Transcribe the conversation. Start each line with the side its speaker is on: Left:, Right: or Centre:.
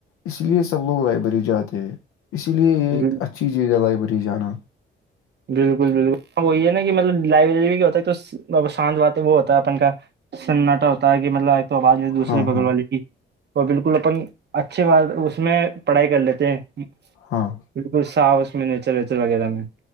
Left: اس لیے سب لوگ لائبریری جاتے ہیں اسی لیے یہ ایک
Right: بال-
Left: اچھی چیز ہے لائبریری جانا
Right: بالکل بالکل ا وہی ہے نا کہ مطلب لائبریری بھی ہوتا ہے تو شانت و وہ ہوتا ہے اپن کا سناٹا ہوتا ہے کہ مطلب ایک تو آواز نہیں دوسرے
Left: ہاں
Right: بغل
Left: ہاں
Right: والے کی وہ بالکل اپن اچھے بات اس میں پڑھائی کر لیتے ہیں
Left: ہاں
Right: بالکل صاف اس میں نیچر ویچر وغیرہ میں